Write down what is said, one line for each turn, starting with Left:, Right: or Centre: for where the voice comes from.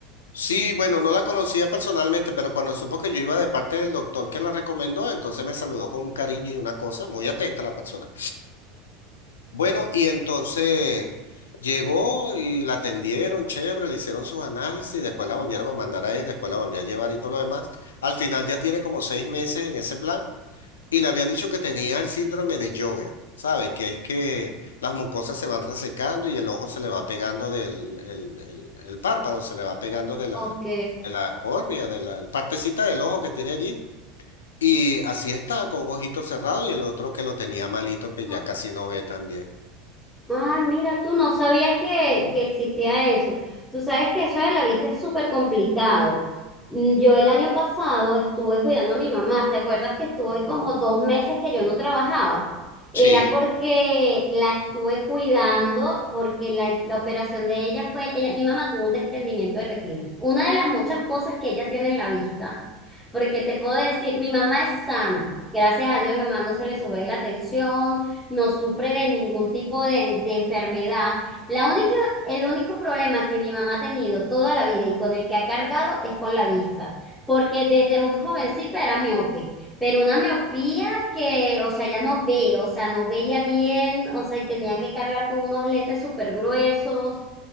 Left: sí, bueno, no la conocía personalmente, pero cuando supo que yo iba de parte del doctor que la recomendó, entonces me saludó con un cariño y una cosa, muy atenta la persona. Bueno, y entonces llegó y la atendieron, chévere, le hicieron sus análisis, y después la volvieron a mandar a él, después la volvió a llevar y todo lo demás. Al final ya tiene como seis meses en ese plan y le habían dicho que tenía el síndrome de Jogger, ¿sabes? Que es que las mucosas se van resecando y el ojo se le va pegando del el, el- el párpado, se le va pegando de la,
Centre: Ok,
Left: de la córnea, de la partecita del ojo que tiene allí. Y así está, con un ojito cerrado y el otro que lo tenía malito, que
Centre: Ah,
Left: ya casi no ve también.
Centre: Ah, mira, tú no sabías que, que existía eso. Tú sabes que eso de la vista es súper complicado. Mm, Yo el año pasado estuve cuidando a mi mamá. ¿Te acuerdas que estuve como dos meses que yo no trabajaba? Era
Left: Sí.
Centre: porque la estuve cuidando, porque la, la operación de ella fue, ella, mi mamá tuvo un desprendimiento de retina. Una de las muchas cosas que ella tiene en la vista, porque te puedo decir, mi mamá es sana. Gracias a Dios, mi mamá no se le sube la tensión no sufre de ningún tipo de, de enfermedad. La única, el único problema que mi mamá ha tenido toda la vida y con el que ha cargado es con la vista, porque desde muy jovencita era miope, pero una miopía que, o sea, ya no ve, o sea, no veía bien, o sea, y tenía que cargar con unos lentes súper gruesos,